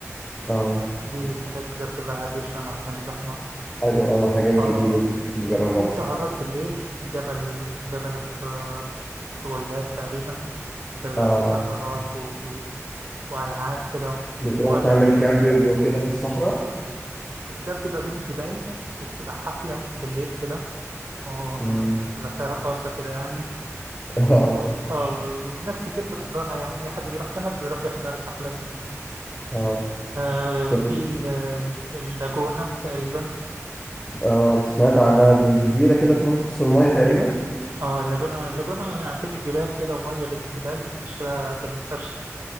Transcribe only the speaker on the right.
دي حاجات كده بتبقى هادية شوية معلهاش زحمة
اه
في سهرات بالليل جبل اسمه جبل الط- طويلات تقريبا ده بيبقى
فيه سهرات و... وألعاب كده
أجواء جميلة
ده بتبقى بين الجبال وبتبقى حفلة بالليل كده و-
بيبقى <laughs> فيها رقاصة كده يعني
و... آه، وناس كتير بتحضرها يعني أي حد بيروح دهب بيروح يحضر الحفلات دي
آه
في ال- ال- اللاجونة تقريبا
اه اللاجونة اللاجونة يعني بين الجبال كده ومية بين الجبال بتبقى شكلها جامد فشخ